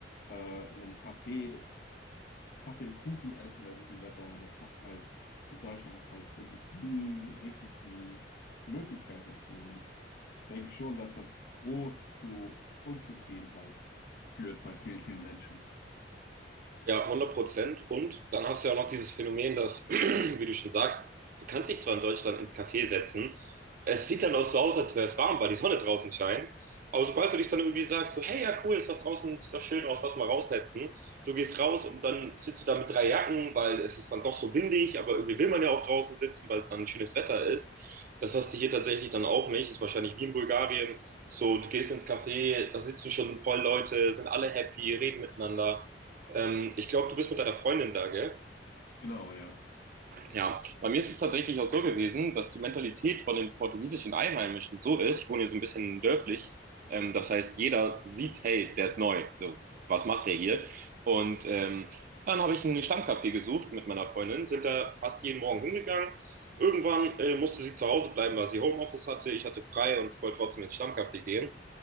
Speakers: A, on the left; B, on the right.
A: äh, in einem Café Kaffee und Kuchen essen bei gutem Wetter. Und das hast du halt, in Deutschland hast du halt wirklich nie richtig die Möglichkeit dazu. Und ich denke schon, dass das groß zu Unzufriedenheit führt bei vielen, vielen Menschen.
B: Ja, hundert Prozent. Und dann hast du ja auch noch dieses Phänomen, dass, <clears throat> wie du schon sagst, du kannst dich zwar in Deutschland ins Café setzen, es sieht dann auch so aus, als wäre es warm, weil die Sonne draußen scheint. Aber sobald du dich dann irgendwie sagst, so, hey, ja, cool, ist doch draußen, sieht doch schön aus, lass mal raussetzen. Du gehst raus und dann sitzt du da mit drei Jacken, weil es ist dann doch so windig, aber irgendwie will man ja auch draußen sitzen, weil es dann ein schönes Wetter ist. Das hast du hier tatsächlich dann auch nicht. Ist wahrscheinlich wie in Bulgarien. So, du gehst ins Café, da sitzen schon voll Leute, sind alle happy, reden miteinander. Ähm, ich glaube, du bist mit deiner Freundin da, gell?
A: Genau, ja.
B: Ja, bei mir ist es tatsächlich auch so gewesen, dass die Mentalität von den portugiesischen Einheimischen so ist, ich wohne hier so ein bisschen dörflich, ähm, das heißt, jeder sieht, hey, der ist neu, so, was macht der hier? Und ähm, dann habe ich einen Stammcafé gesucht mit meiner Freundin, sind da fast jeden Morgen hingegangen. Irgendwann äh, musste sie zu Hause bleiben, weil sie Homeoffice hatte, ich hatte frei und wollte trotzdem ins Stammcafé gehen.